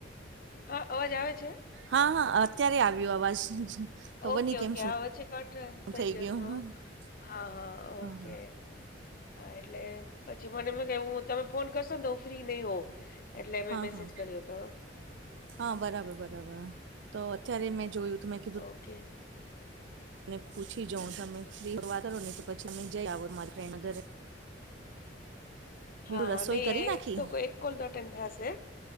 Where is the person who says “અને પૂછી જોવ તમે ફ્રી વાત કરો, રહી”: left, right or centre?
Right